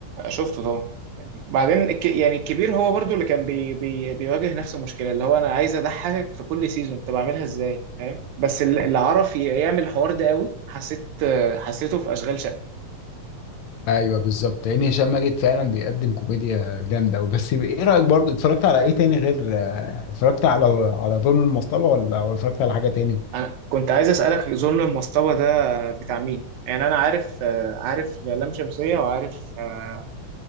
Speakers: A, on the right; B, on the left.
A: شفته طبعا بعدين الك... يعني الكبير هو برضو اللي كان بي... بي... بيواجه نفس المشكله اللي هو انا عايز اضحكك في كل سيزون طب اعملها ازاي فاهم بس ال- اللي عرف ي- يعمل الحوار ده قوي حسيت حسيته في اشغال شقه
B: ايوه بالظبط لان هشام ماجد فعلا بيقدم كوميديا جامده قوي بس ايه رايك برضه اتفرجت على ايه تاني غير آه، اتفرجت على على ظلم المصطبه ولا ولا اتفرجت على حاجه تاني
A: انا كنت عايز اسالك ظلم المصطبه ده بتاع مين يعني انا عارف عارف لام شمسيه وعارف آه،